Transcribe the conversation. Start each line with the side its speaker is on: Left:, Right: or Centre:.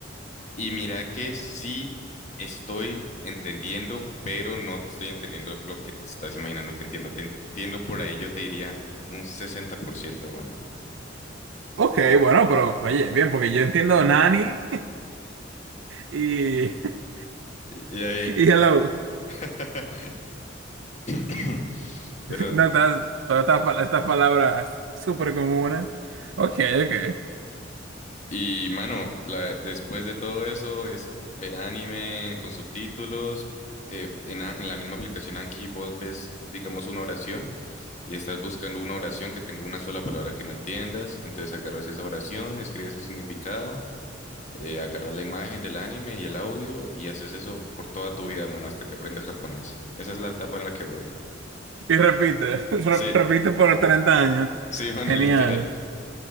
Left: y mira que sí estoy entendiendo, pero no estoy entendiendo lo que te estás imaginando que entiendo. Te entiendo por ahí, yo te diría un sesenta por ciento mano.
Right: Ok, bueno, pero oye, bien, porque yo entiendo Nani <laughs> y, <laughs>
Left: Y y ahí,
Right: y Hello.
Left: <coughs> <clears throat> pero
Right: No, estás, todas estas, pa- estas palabras súper comunes. Ok, ok.
Left: Y mano, la- después de todo eso es eh, ver anime con subtítulos. eh, en, a- en la misma aplicación Anki vos ves, digamos, una oración y estás buscando una oración que tenga una sola palabra que no entiendas. Entonces agarras esa oración, escribes el significado, eh, agarras la imagen del anime y el audio y haces eso por toda tu vida, mano, hasta que aprendas japonés. Esa es la etapa en la que voy.
Right: Y repite, <laughs> re-
Left: Sí,
Right: repite por 30 años.
Left: sí, <laughs> mano,
Right: Genial.
Left: literal.